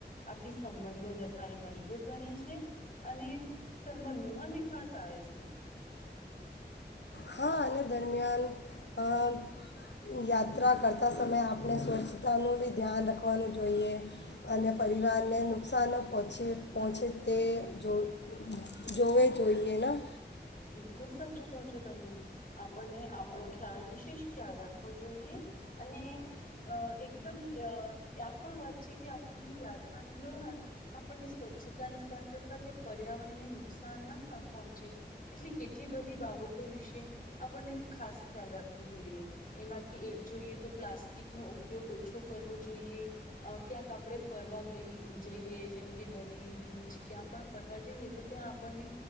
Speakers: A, on the left; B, on the left.
A: આથી સંબંધો વધારે મજબૂત બને છે, અને સંબંધોમાં મીઠાશ શ આવે છે.
B: હા. આને દરમિયાન અહ યાત્રા કરતા સમયે આપણે સ્વચ્છતાનું ભી ધ્યાન રાખવાનું જોઈએ, અને પરિવારને નુકસાન પહોંચે પહોંચે તે જો જોવે જોઈએ ના.
A: બિલકુલ સાચું કહો છો તમે. આપણને આપણો ખ્યાલ વિશેષ ખ્યાલ રાખવો જોઈએ, અને અહ એકદમ અહ <unintelligible> પણ વાત છે કે આપણને યાત્રાની દોરાન આપણને સ્વચ્છતાની સાથે-સાથે પર્યાવરણને નુકસાન ના પહોંચે એટલી કેટલી બધી બાબતો વિશે આપણને ખાસ ખ્યાલ રાખવો જોઈએ. એમાંથી એક જોઈએ તો પ્લાસ્ટિકનો ઉપયોગ ઓછો કરવો જોઈએ, અહ ક્યાંક આપણે ફરવા ગઈ જઈએ જેમ કે નદી, બીચ ક્યાં પણ ફરવા જઈએ તો ત્યાં આપણને